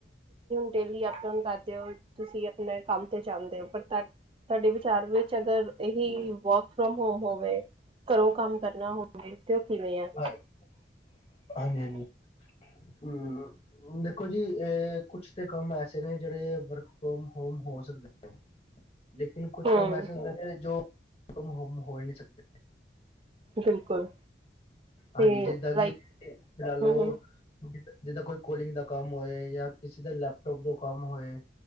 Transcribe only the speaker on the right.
ਡੇਲੀ ਅਪ ਡਾਉਨ ਕਰਦੇ ਔ ਤੁਸੀ ਆਪਣਾ ਕੰਮ ਤੇ ਜਾਨੇ ਐ, ਤੁਹਾਡੇ ਵਿਚਾਰ ਵਿੱਚ ਅਗਰ ਇਹੀ ਵਰਕ ਫਰੋਮ ਹੋਮ ਹੋਵੇ। ਘਰੋਂ ਕੰਮ ਕਰਨਾ ਹੋਵੇ। ਤੇ ਉਹ ਕਿਵੇਂ ਆ?
<inaudible>
ਹਮ
ਬਿਲਕੁਲ। ਤੇ
ਲਾਈਕ
ਹਮ ਹਮ